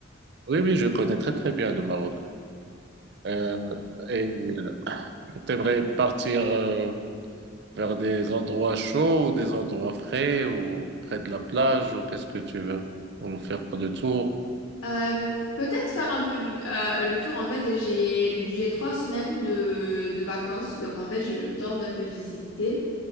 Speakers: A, on the right (about 55°); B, on the left (about 85°).
A: Oui, oui, je connais très très bien le Maroc. Euh, et tu aimerais partir euh, vers des endroits chauds ou des endroits frais ou près de la plage ou qu'est-ce que tu veux? Ou faire le tour?
B: Euh, peut-être faire un peu du, euh, le tour. En fait, j'ai, j'ai trois semaines de, de vacances, donc en fait, j'ai le temps d'un peu visiter.